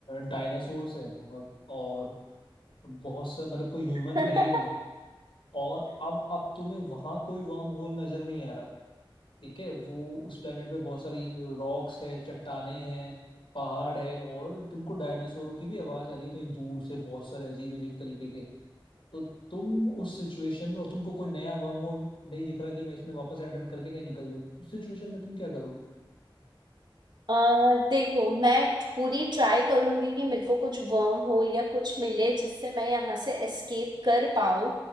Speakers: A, on the left (about 70°); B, on the right (about 55°).
A: डायनासोर्स हैं अ, और बहुत सा मतलब कोई ह्यूमन
B: <laughs>
A: है ही नहीं और अब अब तुम्हें वहां कोई वर्म होल नजर नहीं आ रहा ठीक है वो उस प्लेनेट पे बहुत सारी रॉक्स है चट्टाने हैं पहाड़ है और तुमको डायनासोरों की भी आवाज आ रही है कहीं दूर से बहुत सारे अजीब अजीब तरीके के तो तुम उस सिचुएशन में और तुमको कोई नया वर्म होल नहीं दिख रहा कि मैं इसमें वापस एंटर करके कहीं निकल जाऊं उस सिचुएशन में तुम क्या करोगे
B: अ देखो मैं ट- पूरी ट्राई करूंगी कि मेरे को कुछ वर्म होल या कुछ मिले जिससे मैं यहाँ से एस्केप कर पाऊं